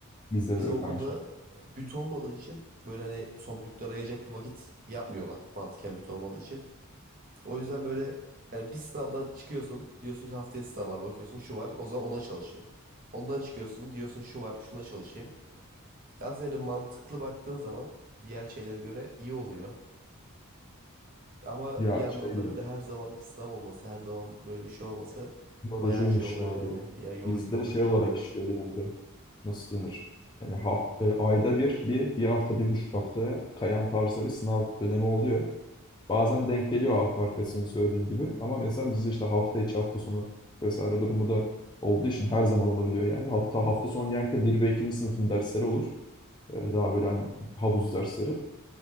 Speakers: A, on the left; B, on the right.
A: Bizde
B: Bizim
A: de yok
B: okulda
A: aynı şey.
B: büt olmadığı için böyle hani son bütler ayıracak bir vakit yapmıyorlar mantıken büt olmadığı için. O yüzden böyle yani bir sınavdan çıkıyorsun diyorsun ki haftaya sınav var bakıyorsun şu var o zaman ona çalışayım. Ondan çıkıyorsun diyorsun şu var şuna çalışayım. Aslında yani mantıklı baktığın zaman diğer şeylere göre iyi oluyor. Ama
A: Ya
B: bir yandan
A: şey
B: da
A: ya.
B: böyle her zaman bir sınav olması her zaman böyle bir şey olması
A: Yorucuymuş
B: bayağı şey oluyor
A: ya o durum.
B: yani. Yani yoru-
A: Bizde
B: yorucu
A: şey olarak
B: oluyor.
A: işliyor genelde. nasıl denir? Yani haft e, ayda bir, bir, bir hafta, bir buçuk haftaya kayan tarzda bir sınav dönemi oluyor. Bazen denk geliyor arka arkaya senin söylediğin gibi. Ama mesela bizde işte hafta içi, hafta sonu vesaire durumu da olduğu için her zaman olabiliyor yani. Hatta hafta sonu genellikle bir ve ikinci sınıfın dersleri olur. E, daha böyle hani havuz dersleri